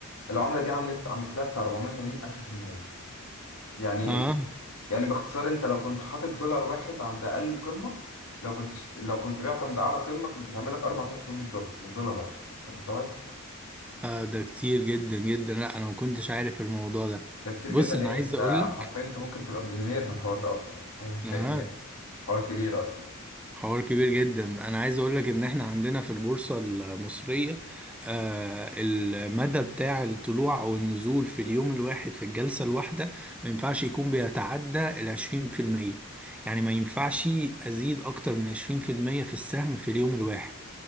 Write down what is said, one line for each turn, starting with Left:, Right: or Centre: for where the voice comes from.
Left: العمله دي عملت عملت لها بتاع 480 الف في المية يعني
Centre: آه.
Left: يعني باختصار انت لو كنت حاطط دولار واحد عند اقل قمه لو كنت شت... لو كنت بعت عند اعلى قمه كنت هتعمل لك 4800 دولار من دولار واحد انت مستوعب
Centre: اه ده كتير جدا جدا لا انا ما كنتش عارف الموضوع ده
Left: ده كتير
Centre: بص
Left: جدا
Centre: انا
Left: ايه
Centre: عايز
Left: انت
Centre: اقول لك
Left: حرفيا انت ممكن تبقى مليونير من الحوار ده اصلا <laughs> فاهمني
Centre: اه
Left: يعني؟ حوار كبير اصلا
Centre: حوار كبير جدا انا عايز اقول لك ان احنا عندنا في البورصة المصرية آه المدى بتاع الطلوع او النزول في اليوم الواحد في الجلسة الواحدة ما ينفعش يكون بيتعدى ال 20% يعني ما ينفعش ازيد اكتر من 20% في المية في السهم في اليوم الواحد